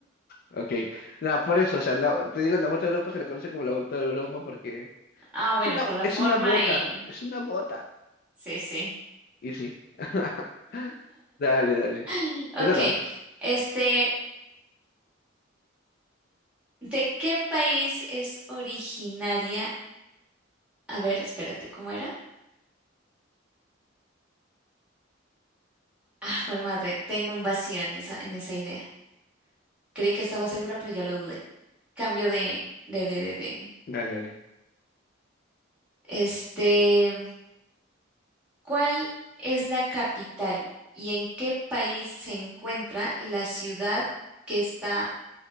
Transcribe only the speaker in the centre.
Ah, bueno,
por la
forma
y...
Sí, sí.
<laughs> Ok,
este, ¿de qué país es originaria A ver, espérate, ¿cómo era? Ah, jue madre, tengo un vacío en esa, en esa idea. Creí que estaba segura, pero ya lo dudé. Cambio de, de, de, de, de.
Este, ¿cuál es la capital y en qué país se encuentra la ciudad que está